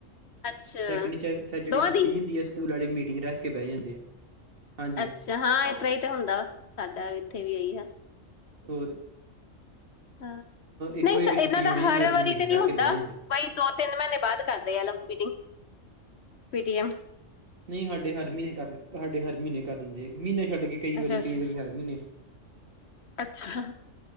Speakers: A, on the left; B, on the right.
A: ਅੱਛਾ
B: ਸੈਕਿੰਡ ਸੈਚਡੇ
A: ਦੋਵਾਂ
B: ਛੁੱਟੀ
A: ਦੀ
B: ਹੁੰਦੀ ਐ, ਸਕੂਲ ਸਕੂਲ ਵਾਲੇ ਮੀਟਿੰਗ ਰੱਖ ਕੇ ਬਹਿ ਜਾਂਦੇ ਆ। ਹਾਂਜੀ
A: ਅੱਛਾ ਹਾਂ, ਇ ਤਰ੍ਹਾਂ ਹੀ ਤੇ ਹੁੰਦਾ ਵਾ, ਸਾਡਾ ਇੱਥੇ ਵੀ ਇਹੀ ਆ।
B: ਹੋਰਂ
A: ਹਾਂ,
B: ਇੱਕੋ
A: ਨਹੀਂ
B: ਇੱਕ
A: ਸਾ
B: ਛੁੱਟੀ
A: ਇਹਨਾਂ ਦਾ
B: ਹੋਣੀ ਹੁੰਦੀ
A: ਹਰ
B: ਉਦੋਂ
A: ਵਾਰੀ
B: ਮੀਟਿੰਗ
A: ਤੇ ਨਹੀਂ
B: ਰੱਖ
A: ਹੁੰਦਾ,
B: ਕੇ ਬਹਿ ਜਾਂਦੇ
A: ਬਈ ਦੋ ਤਿੰਨ ਮਹੀਨੇਂ ਬਾਅਦ ਕਰਦੇ ਆ ਲੋ ਮੀਟਿੰਗ, ਪੀਟੀਐਮ।
B: ਨਹੀਂ ਹਾਡੇ ਹਰ ਮਹੀਨੇਂ ਕਰ, ਹਾਡੇ ਹਰ ਮਹੀਨੇ ਕਰ ਦਿੰਦੇ ਐ, ਮਹੀਨੇ ਛੱਡ ਕੇ। ਕਈ ਵਾਰੀ
A: ਅੱਛਾ
B: ਕਈ
A: ਅੱਛਾ
B: ਵਾਰੀ ਹਰ ਮਹੀਨੇ
A: ਅੱਛਾ,